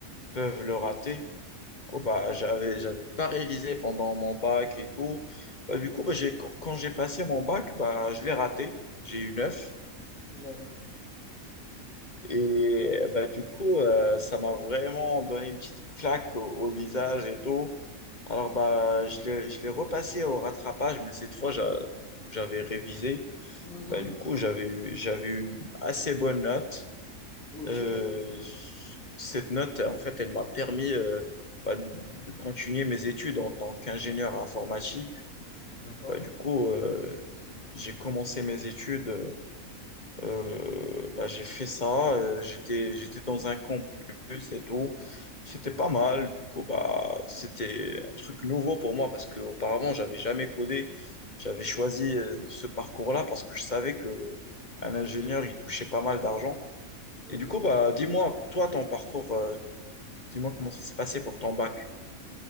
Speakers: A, on the left (about 35°); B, on the left (about 80°).
A: peuvent le rater. Du coup, bah, j'avais, j'avais pas révisé pendant mon bac et tout. Bah, du coup, bah, j'ai, quand, quand j'ai passé mon bac, bah, je l'ai raté. J'ai eu 9.
B: D'accord.
A: Et bah, du coup, euh, ça m'a vraiment donné une petite claque au, au visage et tout. Alors, bah, je l'ai, je l'ai repassé au rattrapage, mais cette fois, j'a- j'avais révisé.
B: Mhm.
A: Bah, du coup, j'avais eu, j'avais eu une assez bonne note.
B: Ok.
A: Euh, cette note, en fait, elle m'a permis euh, bah, de continuer mes études en tant qu'ingénieur informatique.
B: D'accord.
A: Bah, du coup, euh, j'ai commencé mes études, euh, bah, j'ai fait ça, euh, j'étais, j'étais dans un campus et tout. C'était pas mal, du coup, bah, c'était un truc nouveau pour moi parce qu'auparavant, j'avais jamais codé. J'avais choisi euh, ce parcours-là parce que je savais que un ingénieur, il touchait pas mal d'argent.
B: Mhm.
A: Et du coup, bah, dis-moi, toi, ton parcours, euh, dis-moi comment ça s'est passé pour ton bac.